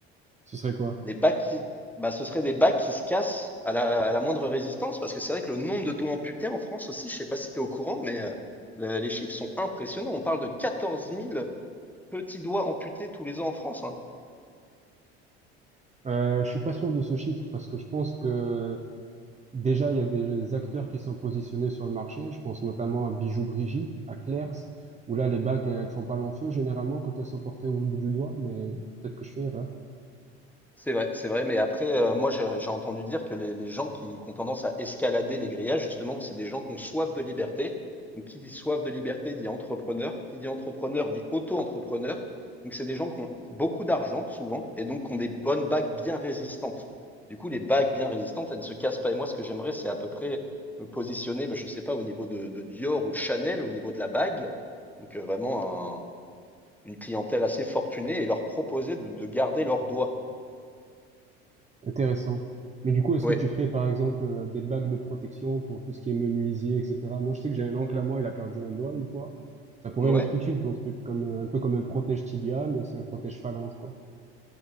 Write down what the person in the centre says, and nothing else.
Des bagues qui, bah ce serait des bagues qui se cassent à la, à la moindre résistance, parce que c'est vrai que le nombre de doigts amputés en France aussi, je sais pas si tu es au courant, mais euh, le- les chiffres sont impressionnants. On parle de quatorze mille petits doigts amputés tous les ans en France. hein.
C'est vrai, c'est vrai, mais après, heu, moi, je j'ai entendu dire que les les gens qui qui ont tendance à escalader les grillages, justement, c'est des gens qui ont soif de liberté. Donc qui dit soif de liberté dit entrepreneur, qui dit entrepreneur dit auto-entrepreneur. Donc c'est des gens qui ont beaucoup d'argent souvent et donc qui ont des bonnes bagues bien résistantes. Du coup, les bagues bien résistantes, elles ne se cassent pas et moi, ce que j'aimerais, c'est à peu près me positionner, bah, je ne sais pas, au niveau de de Dior ou de Chanel, au niveau de la bague. Donc, heu, vraiment un une clientèle assez fortunée et leur proposer de de garder leurs doigts.
Oui.
ouais.